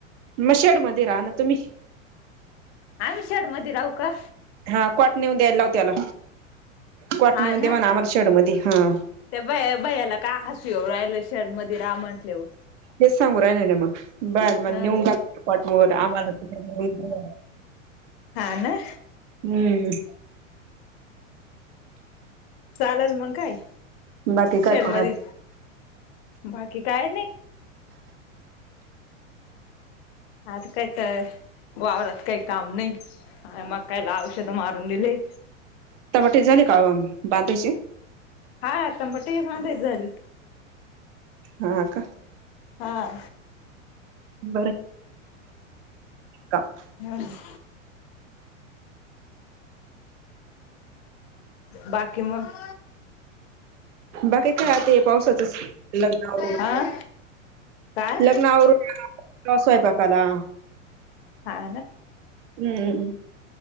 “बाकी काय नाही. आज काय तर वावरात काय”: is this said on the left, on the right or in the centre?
Left